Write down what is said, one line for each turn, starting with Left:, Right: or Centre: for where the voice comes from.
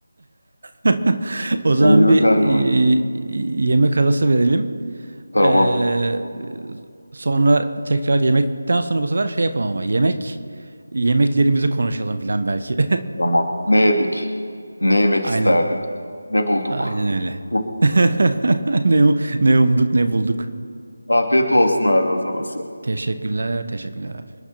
Right: <laughs> O zaman
Left: Deli gibi
Right: bir
Left: karnım acıktı.
Right: e, yemek arası verelim.
Left: Tamam.
Right: Ee, sonra tekrar yemekten sonra bu sefer şey yapalım ama yemek yemeklerimizi konuşalım falan belki.
Left: Tamam. Ne yedik? Ne yemek
Right: <laughs> Aynen.
Left: isterdik? Ne bulduk?
Right: Aynen öyle.
Left: <laughs>
Right: <laughs> Ne, ne umduk ne bulduk.
Left: Afiyet olsun abi o zaman.
Right: Teşekkürler, teşekkürler abi.